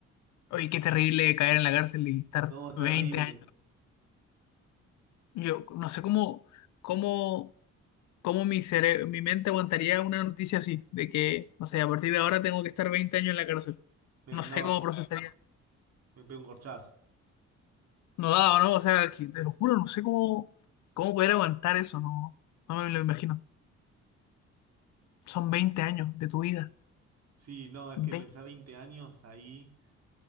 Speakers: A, on the left (about 70°); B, on the right (about 55°).
A: Oye, qué terrible caer en la cárcel y estar
B: No, terrible.
A: 20 años. Yo no sé cómo, cómo ¿Cómo mi cere- mi mente aguantaría una noticia así? De que, no sé, a partir de ahora tengo que estar 20 años en la cárcel.
B: Eh,
A: No
B: no,
A: sé cómo
B: yo
A: procesaría.
B: me pego un corchazo.
A: No da, ¿no? O sea, que- te lo juro, no sé cómo, cómo poder aguantar eso. No, no me lo imagino. Son 20 años de tu vida.
B: Sí, no, es
A: 20.
B: que pensar 20 años ahí